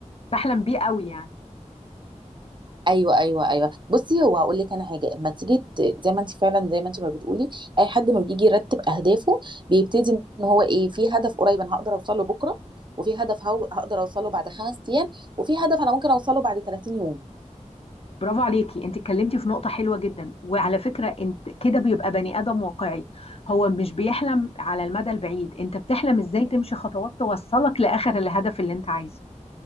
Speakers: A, on the left; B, on the right.
A: بحلم بيه قوي يعني
B: ايوه ايوه ايوه بصي هو هقول لك انا حاجه اما تيجي ت- زي ما انت فعلا زي ما انت ما بتقولي اي حد ما بيجي يرتب اهدافه بيبتدي ان هو ايه في هدف قريب انا هقدر اوصل له بكره وفي هدف هو هقدر اوصل له بعد خمس ايام وفي هدف انا ممكن اوصله بعد 30 يوم
A: برافو عليكي انت اتكلمتي في نقطة حلوة جدا وعلى فكرة انت كده بيبقى بني آدم واقعي هو مش بيحلم على المدى البعيد انت بتحلم ازاي تمشي خطوات توصلك لآخر الهدف اللي انت عايزه